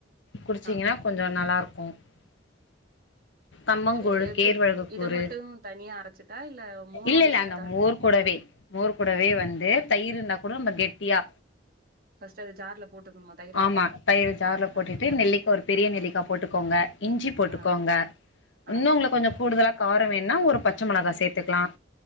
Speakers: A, on the left (about 85°); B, on the right (about 50°).
A: குடிச்சீங்கன்னா
B: ஆ
A: கொஞ்ச நல்லா இருக் <unintelligible> கம்பங்கூழு
B: எ எப்டி
A: கேழ்வரகுக்கூறு
B: இத மட்டு தனியா அரச்சிட்டா இல்ல மோரோடயு
A: இல்ல இல்ல
B: சேத்தா
A: அந்த மோர்க்குடவே மோர்க்குடவே வந்து தயிர் <unintelligible> கெட்டியா
B: ஃபர்ஸ்ட் அது ஜார்ல போட்டுக்கணுமா தயிர
A: ஆமா தயிர் ஜார்ல போட்டுட்டு
B: ஆ
A: நெல்லிக்கா ஒரு பெரிய நெல்லிக்கா போட்டு கொங்க இஞ்சி போட்டுக்கோங்க
B: ஆ
A: இன்னும்
B: ஆ
A: உங்களுக்கு கொஞ்ச கூடுதலா கார வேன்னா ஒரு பச்ச மொளகா சேத்துக்கிலாம்